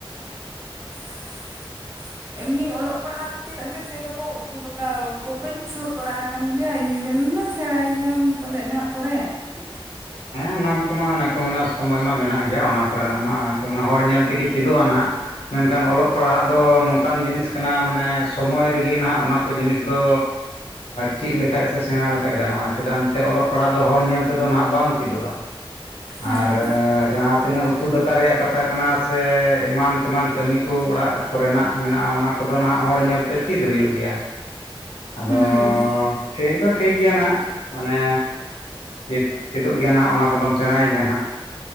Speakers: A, on the right (about 25°); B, on the left (about 85°).
A: <inaudible> ᱮᱢᱱᱤ ᱚᱞᱚᱜ ᱯᱟᱲᱦᱟᱣ ᱠᱷᱟᱹᱛᱤᱨ ᱟᱫᱚ ᱥᱮᱨᱚᱠᱚᱢ ᱩᱛᱩ ᱫᱟᱠᱟ ᱠᱚ ᱵᱟᱹᱧ ᱥᱩᱨ ᱵᱟᱲᱟ ᱠᱟᱱ ᱜᱮᱭᱟ, ᱤᱭᱩᱭ ᱢᱮᱱ ᱱᱟ ᱥᱮᱬᱟᱭ ᱜᱮᱭᱟᱢ ᱯᱟᱞᱮᱫ ᱱᱟᱦᱟᱜ ᱯᱚᱨᱮ <unintelligible>
B: ᱱᱟᱢ ᱠᱚᱢᱟ ᱚᱱᱟ ᱠᱚ ᱢᱮᱱᱟ ᱥᱚᱢᱚᱭ ᱢᱟ ᱢᱮᱱᱟᱜ ᱜᱮᱭᱟ, ᱚᱱᱟ ᱠᱚᱨᱮᱱᱟᱜ ᱢᱟ ᱠᱚ ᱢᱟᱱᱮ ᱦᱚᱲ ᱧᱮᱞ ᱛᱮᱜᱮ ᱪᱮᱫᱚᱜᱼᱟ ᱱᱟᱦᱟᱜ ᱢᱮᱱᱠᱷᱟᱱ ᱚᱞᱚᱜ ᱯᱟᱲᱦᱟᱜ ᱫᱚ ᱱᱚᱝᱠᱟᱱ ᱡᱤᱱᱤᱥ ᱠᱟᱱᱟ, ᱢᱟᱱᱮ ᱥᱚᱢᱚᱭ ᱨᱮᱜᱮ ᱱᱟᱦᱟᱜ ᱚᱱᱟ ᱠᱚ ᱠᱚ ᱡᱤᱱᱤᱥ ᱫᱚ ᱪᱮᱫ ᱞᱮᱠ ᱠᱷᱟᱡ ᱥᱮ ᱥᱮᱬᱟ ᱞᱮᱠᱷᱟᱡ ᱜᱟᱱᱚᱜᱼᱟ, ᱪᱮᱫᱟᱜ ᱮᱱᱛᱮ ᱚᱞᱚᱜ ᱯᱟᱲᱦᱟᱜ ᱫᱚ ᱦᱚᱲ ᱧᱮᱞ ᱛᱮᱫᱚ ᱱᱟᱦᱟᱜ ᱵᱟᱝ ᱪᱮᱫᱚᱜᱼᱟ᱾
A: ᱦᱮᱸ
B: ᱟᱨ ᱡᱟᱦᱟᱸ ᱛᱤᱱᱟᱹᱜ ᱩᱛᱩ ᱫᱟᱠᱟ ᱨᱮᱭᱟᱜ ᱠᱟᱛᱷᱟ ᱠᱟᱱᱟ ᱥᱮ ᱮᱢᱟᱱ ᱛᱮᱢᱟᱱ ᱠᱟᱹᱢᱤ ᱠᱳ ᱚᱲᱟᱜ ᱠᱚᱨᱮᱱᱟᱜ ᱢᱮᱱᱟᱜᱼᱟ ᱾ ᱚᱱᱟ ᱠᱚᱫᱚ ᱱᱟᱦᱟᱜ ᱦᱚᱲ ᱧᱮᱞᱛᱮ ᱪᱮᱫ ᱦᱩᱭᱩᱜ ᱜᱮᱭᱟ ᱾ ᱟᱫᱚ
A: ᱦᱩᱸ
B: ᱴᱷᱤᱠ ᱫᱚ ᱴᱷᱤᱠ ᱜᱮᱭᱟ ᱱᱟᱜ ᱢᱟᱱᱮ ᱪᱮᱫ ᱪᱮᱫᱚᱜ ᱜᱮᱭᱟ ᱱᱟᱦᱟᱜ, ᱚᱱᱟ ᱠᱚᱫᱚᱢ ᱥᱮᱬᱟᱭ ᱜᱮᱭᱟ ᱱᱟᱦᱟᱜ ᱾